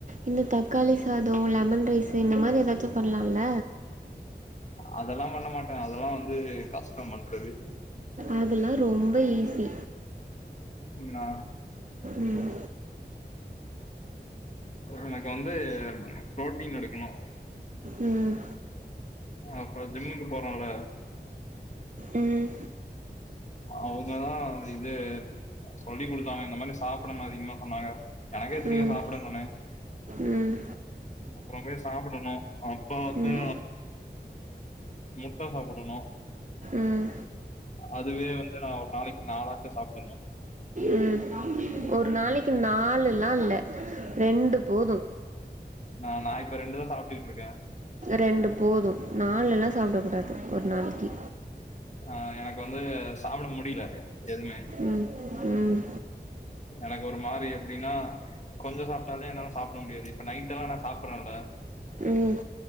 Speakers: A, on the right; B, on the left.
A: இந்த தக்காளி சாதோ லெமன் ரைஸு இந்த மாரி எதாச்சு பண்லால்ல
B: அதெல்லா பண்ண மாட்டேன் அதெல்லா வந்து கஷ்டோ பண்றது
A: அதெல்லா ரொம்ப ஈஸி
B: ஆ
A: ம்
B: எனக்கு வந்து புரோட்டீன் எடுக்கணு
A: ம்
B: அப்புறோ ஜிம்முக்கு போறோல
A: ம்
B: அவுங்கதா இது சொல்லி குடுத்தாங்க இந்த மாரி சாப்பிடணு அதிகமா சொன்னாங்க எனக்கே தெரியு
A: ம்
B: சாப்பிடணுன்னு
A: ம்
B: அப்புறமே சாப்புடணு அப்பறோ வந்து
A: ம்
B: முட்ட சாப்புடணு
A: ம் ம்
B: அதுவே வந்து நா ஒரு நாளைக்கி நாலாச்சு சாப்புடணு
A: ம் ஒரு நாளைக்கி நாலுல்லா இல்ல ரெண்டு போது
B: ஆ நா இப்ப ரெண்டுதா சாப்பிட்டுட்டு இருக்கே
A: ரெண்டு போது நாலுல்லா சாப்பிட கூடாது ஒரு நாளைக்கி
B: ஆ எனக்கு வந்து சாப்புட முடில எதுவுமே
A: ம் ம்
B: எனக்கு ஒரு மாரி எப்பிடின்னா கொஞ்சோ சாப்புட்டாலே என்னால சாப்புட முடியாது இப்ப நைட்டெல்லா நா சாப்புறேல
A: ம்